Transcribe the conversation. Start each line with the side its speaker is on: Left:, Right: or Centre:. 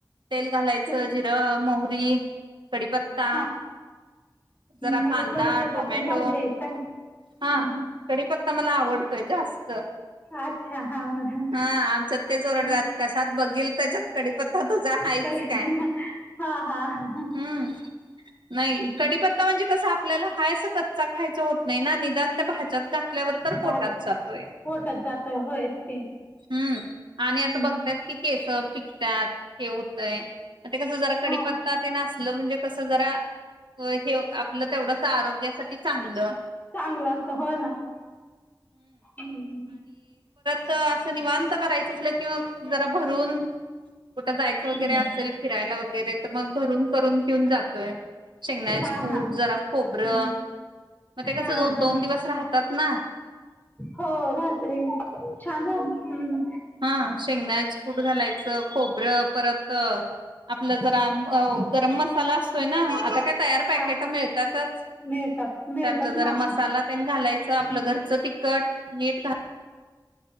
Right: तेल घालायचं
Left: त्यांची
Right: जिरं, मोहरी, कडीपत्ता
Left: हा
Right: जरा
Left: हम्म, म्हणजे
Right: कांदा
Left: कडीपत्ता
Right: टोमॅटो
Left: पण घालतेय काय
Right: हां
Left: ह ह
Right: कडीपत्ता मला आवडत- तोय जास्त- त
Left: अच्छा हा मला
Right: हां आमच्यात तेंच ओरडतात
Left: हा
Right: कशात बघील त्याच्यात कडीप- त्ता तुझाहायच
Left: कळलं.
Right: काय
Left: हा हा हा.
Right: हुं. नाही
Left: हम्म, हम्म.
Right: कडीपत्ता म्हणजे कसं आपल्याला हाय तसा कच्चा खायच होत नाही नां निदान त्या- ज्यात घाटल्यावर तर पोटात
Left: भाज
Right: जातोय-
Left: पोटात जात होय ते
Right: हुंआणि आता
Left: हम्म
Right: बघत्यास कि केस पिकत्यात. हें होतयं ते कसं जरा कडीपत्ता
Left: हो
Right: तेन अस- आपलं म्हणजे कस जरा अं हे आपलं तेवढच आरोग्यासाठी चांगलं.
Left: चांगलं असंत होनार हुं-
Right: त असं निवांत करायचं असल कि मग जरा भरून कुठे जायचं वगैरे
Left: हम्म.
Right: असेल फिरा- यला वगैरे- तर मग भरून करून घेऊन जातोय शेंगण्याच
Left: हा
Right: फूट
Left: हा
Right: जरा खोबर-
Left: हम्म.
Right: मग ते
Left: हा
Right: कसं
Left: हा
Right: दोन दिवस राहतात नां.
Left: हो राहतेय छान हो हुं.
Right: हां शेंगदाण्याच कुट घालायचं खोबरं परत अं- अं आपलं जरा ओ गरम- साला असतोय नां आता काय तयार पॅकेट
Left: हा
Right: मिळतातच.
Left: मिळतात मिळतात
Right: त्यातला
Left: ना
Right: जरा
Left: आता
Right: मसाला घालायचं आपलं
Left: हम्म.
Right: घरचं तिखट मीठ घा-